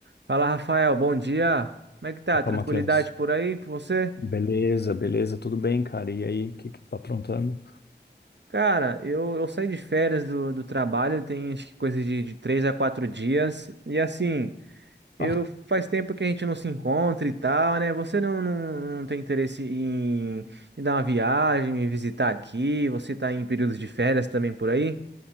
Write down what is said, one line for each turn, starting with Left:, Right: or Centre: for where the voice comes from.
Right: Fala, Rafael, bom dia. Como é que tá?
Left: Opa,
Right: Tranquilidade
Left: Matheus.
Right: por aí, por você?
Left: Beleza, beleza, tudo bem, cara? E aí, o que que tu tá aprontando?
Right: Cara, eu, eu saí de férias do, do trabalho, tem acho que coisa de, de três a quatro dias. E assim, eu
Left: Ah,
Right: faz tempo que a gente não se encontra e tal, né? Você não, não, não tem interesse em, em dar uma viagem, me visitar aqui? Você tá em períodos de férias também por aí?